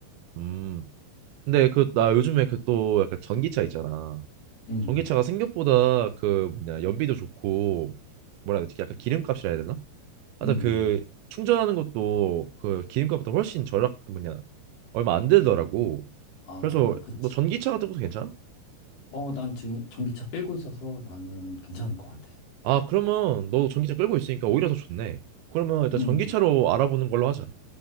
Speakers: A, on the right (about 80°); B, on the left (about 60°).
A: 음. 근데 그 나 요즘에 그 또 약간 전기차 있잖아.
B: 음,
A: 전기차가 생각보다 그 뭐냐 연비도 좋고 뭐라 해야 되지? 약간 기름값이라 해야 되나? 하여튼
B: 음.
A: 그 충전하는 것도 그 기름값보다 훨씬 절약 뭐냐 얼마 안 들더라고.
B: 아,
A: 그래서
B: 그치.
A: 너 전기차 같은 것도 괜찮아?
B: 어, 난 지금 전기차 끌고 있어서 나는 괜찮을 것 같아.
A: 아 그러면 너 전기차 끌고 있으니까 오히려 더 좋네. 그러면 일단
B: 음,
A: 전기차로 알아보는 걸로 하자.